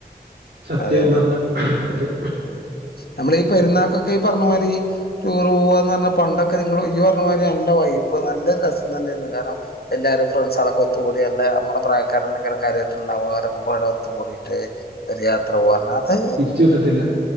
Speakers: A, on the right; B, on the left.
A: സത്യം
B: അതെ
A: പർഞ്ഞ അതെ.
B: നമ്മളീ പെര്ന്നാക്കൊക്കെ ഈ പർഞ്ഞ മാരി ടൂറ് പോവാന്നർഞ്ഞാ പണ്ടൊക്കെ നിങ്ങള് ഇയ്യ് പർഞ്ഞ മാതിരി നല്ല വൈബാ നല്ല രസം തന്നെയിരുന്നു. കാരണം എല്ലാരും ഫ്രണ്ട്സോളൊക്കെ ഒത്തുകൂടി അല്ല നമ്മള പ്രായക്കാരന്നെക്കാരം കാര്യയിട്ട്ണ്ടാവാ അവരൊക്കെ പാടെ ഒത്തുകൂടി ട്ട് ഒരു യാത്ര പോവാ പർഞ്ഞാ അത്
A: കേട്ട്ട്ടില്ല